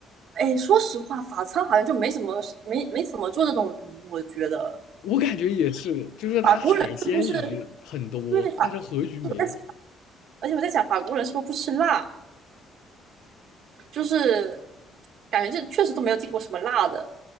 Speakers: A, on the right; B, on the left.
A: 哎，说实话，法餐好像就没怎么没没怎么做这种鱼，我觉得
B: 我感觉也是，就是它海鲜鱼很多，
A: 法国人是不是？对，法啊我在想
B: 但是河鱼没有。
A: 而且我在想，法国人是不是不吃辣？就是感觉这确实都没有见过什么辣的